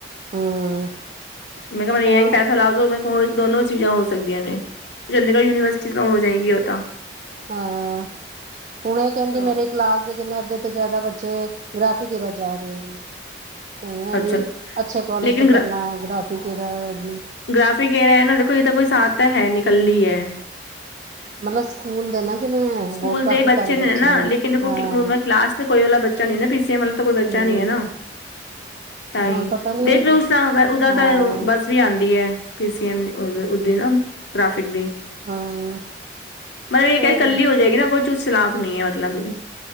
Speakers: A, on the right; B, on the left.
A: ਹੂੰ
B: ਮੈਂ ਕਿਹਾ ਮੈਨੂੰ
A: ਹੁਣ
B: ਇਹ ਹੈ ਕਿ ਪੈਸਾ ਲਾ ਦੋ ਮੈਂ ਓਹੀ ਦੋਨੋ ਚੀਜ਼ਾਂ ਹੋ ਸਕਦੀਆਂ ਨੇ ਚੰਡੀਗੜ੍ਹ ਯੂਨੀਵਰਸਿਟੀ ਤਾਂ ਹੋ ਜਾਏਗੀ ਉਹ ਤਾਂ
A: ਹਾਂ। ਹੁਣ ਏ ਕਹਿੰਦੀ
B: ਨਾ
A: ਮੇਰੇ ਕਲਾਸ ਦੇ ਕਿੰਨੇ ਅੱਧ ਤੋਂ ਜ਼ਿਆਦਾ ਬੱਚੇ ਗਰਾਫੀ ਤਰਫ਼ ਜਾ ਰਹੇ ਨੇ ਤੇ ਮੈਂ
B: ਅੱਛਾ
A: ਵੀ ਅੱਛੇ ਕਾਲਜ
B: ਲੇਕਿਨ
A: ਤੋਂ ਕਰਨਾ ਐ ਗਰਾਫ <unintelligible>
B: ਗ੍ਰਾਫਿਕ ਏਰਾ ਐ ਨਾਲੇ ਕੋਈ ਇਦਾ ਕੋਈ ਸਾਥ ਤਾਂ ਹੈਨੀ ਕਲੀ ਐ
A: ਮਤਲਬ ਸਕੂਲ ਦੇ ਨਾ ਜਿਵੇਂ
B: ਸਕੂਲ
A: ਹੋਰ ਕਾਫੀ
B: ਦੇ ਬੱਚੇ
A: ਸਾਰੇ
B: ਨੇ ਨਾ ਲੇਕਿਨ ਦੇਖੋ
A: ਹਾਂ
B: ਕਲਾਸ ਕੋਈ ਵਾਲਾ ਬੱਚਾ ਨੀ ਨਾ ਪੀ ਸੇਮ ਮਤਲਬ ਤਾਂ ਕੋਈ ਬੱਚਾ
A: ਹਮ
B: ਨੀ ਐ ਨਾ ਤਾਂ ਈ
A: ਹਾਂ ਪਤਾ ਨੀ
B: ਦੇਖ ਲਓ ਉਸ ਤਰ ਓਦਾ
A: ਹਾਂ
B: ਤਾਂ ਬੱਸ ਵੀ ਆਉਂਦੀ ਐ ਪੀ ਸੀ ਐਮ ਉ ਉਦੀ ਨਾ ਗ੍ਰਫਿਕ ਦੀ
A: ਹਾਂ
B: ਮੈ ਇਹ
A: ਕੋਈ
B: ਕਹਿ ਕੱਲੀ ਹੋ ਜਾਏਗੀ ਨਾ ਕੋ ਚੁਸਤ ਚਲਾਕ ਨੀ ਐ ਮਤਲਬ ਇਹ